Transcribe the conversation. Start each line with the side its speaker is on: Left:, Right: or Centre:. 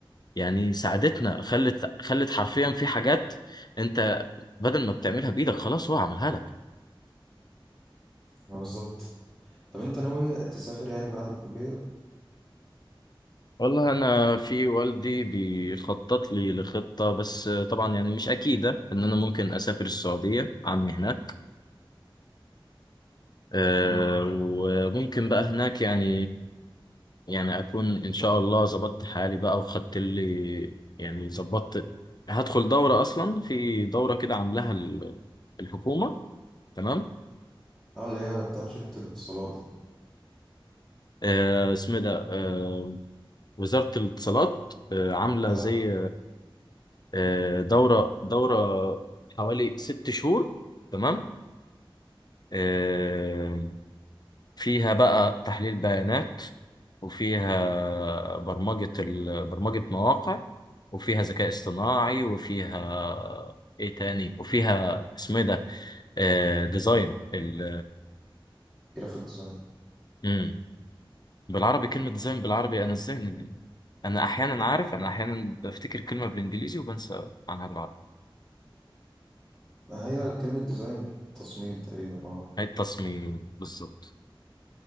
Left: يعني ساعدتنا خلت خلت حرفيا في حاجات انت بدل ما بتعملها بايدك خلاص هو عملها لك
Centre: ما بالظبط طب انت ناوي تسافر يعني بعد الكلية
Left: والله انا في والدي بيخطط لي لخطه بس طبعا يعني مش اكيده ان انا ممكن اسافر السعوديه عمي هناك أه
Centre: امم
Left: وممكن بقى هناك يعني يعني اكون ان شاء الله ظبطت حالي بقى وخدت لي يعني ظبطت هدخل دوره اصلا في دوره كده عاملاها ال- الحكومه تمام
Centre: اه اللي هي بتاعت شركة الاتصالات دي
Left: أه اسمه إيه ده أه وزاره الاتصالات أه عامله
Centre: اه
Left: زي آه، دورة دورة حوالي ست شهور تمام آه، فيها بقى تحليل بيانات وفيها برمجة ال- برمجة مواقع وفيها ذكاء اصطناعي وفيها ايه تاني وفيها اسمه ايه ده آه، ديزاين ال
Centre: جرافيك ديزاين
Left: مم. بالعربي كلمة ديزاين بالعربي انا ازاي ن- انا احيانا عارف انا احيانا بفتكر كلمة بالانجليزي وبنسى عنها بالعربي
Centre: ما هي كلمة ديزاين تصميم تقريبا اه
Left: هي التصميم بالظبط